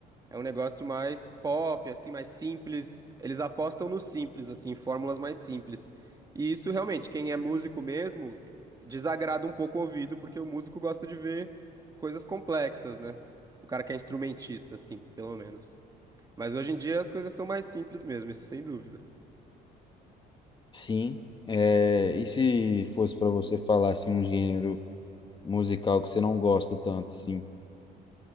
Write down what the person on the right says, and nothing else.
é um negócio mais pop, assim, mais simples. Eles apostam no simples, assim, fórmulas mais simples. E isso realmente, quem é músico mesmo, desagrada um pouco o ouvido, porque o músico gosta de ver coisas complexas, né? O cara que é instrumentista, assim, pelo menos. Mas hoje em dia as coisas são mais simples mesmo, isso sem dúvida.